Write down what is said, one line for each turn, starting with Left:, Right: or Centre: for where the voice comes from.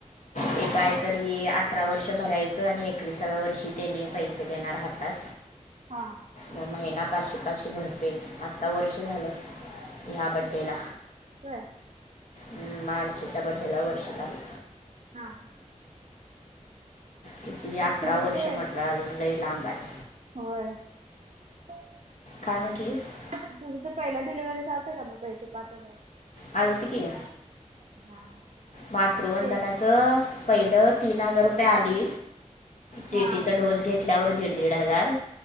Left: ते काय तरी अठरा वर्ष भरायचं आणि एकविसाव्या वर्षी त्याने पैसे देणार हहातात.
Right: हा.
Left: मग महिना पाचशे पाचशे भरते आत्ता वर्ष झालं. ह्या बड्डे ला
Right: होय.
Left: हम्म मार्चच्या बड्डेला वर्ष झालं.
Right: हा.
Left: किती
Right: मग
Left: अठरा
Right: तुझं
Left: वर्षं
Right: ते
Left: म्हटलं अजून लई लांब आहे.
Right: होय अ.
Left: काय म्हटलीस
Right: तुझं ते पहिल्या डिलिव्हरी चे आलते काय मग पैसे पाच हजार
Left: आलते की
Right: हा हा.
Left: मातृवंदनाचं
Right: ते
Left: पहिलं. तीन हजार रुपये आली
Right: हा
Left: टीटीचा डोस घेतल्यावर दीड दीड हजार.